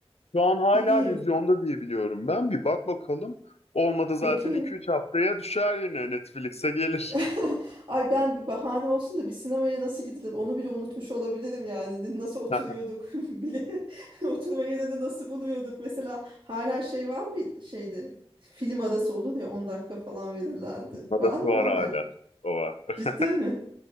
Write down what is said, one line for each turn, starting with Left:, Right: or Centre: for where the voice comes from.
Left: Şu an hala
Right: gideyim.
Left: vizyonda diye biliyorum ben. Bir bak bakalım. Olmadı zaten
Right: Bakayım.
Left: iki üç haftaya düşer yine Netflix'e gelir.
Right: <laughs> Ay ben bir bahane olsun da bir sinemaya nasıl gidilir onu bile unutmuş olabilirim yani. Ne- Nasıl oturuyorduk
Left: <laughs>
Right: <laughs> bile. <laughs> Oturma yerini nasıl buluyorduk. Mesela hala şey var mı şeyde? Film arası olur ya 10 dakika falan verirlerdi.
Left: Parası
Right: Var mı
Left: var
Right: o
Left: hala.
Right: hala?
Left: O var. <laughs>
Right: Ciddi mi?